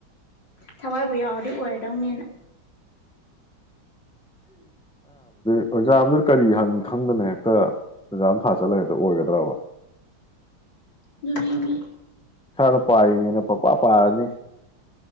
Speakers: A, on the left; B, in the centre.
A: ꯊꯋꯥꯏꯕꯨ ꯌꯥꯎꯔꯗꯤ ꯑꯣꯏꯔꯗꯧꯅꯦꯅ
B: ꯑꯦꯛꯖꯥꯝꯗꯨ ꯀꯔꯤ ꯍꯪ ꯈꯪꯗꯅ ꯍꯦꯛꯇ ꯑꯦꯛꯖꯥꯝ ꯊꯥ ꯆꯠꯂꯒ ꯍꯦꯛꯇ ꯑꯣꯏꯒꯗ꯭ꯔꯕ
A: ꯑꯗꯨꯗꯤ ꯃꯤ
B: ꯏꯁꯥꯅ ꯄꯥꯏꯔꯤꯅꯦꯅ ꯄꯡꯄꯥ ꯄꯥꯔꯅꯤ